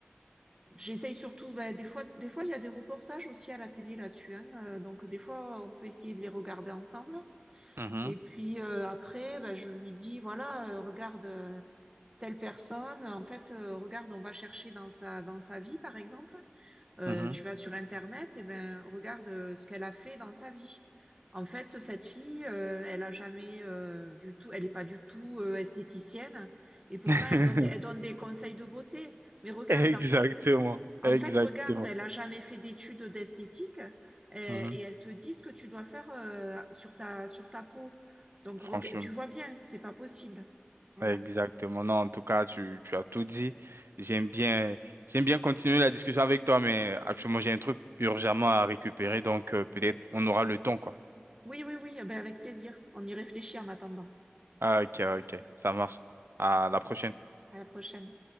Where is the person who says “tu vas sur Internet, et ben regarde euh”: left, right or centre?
Right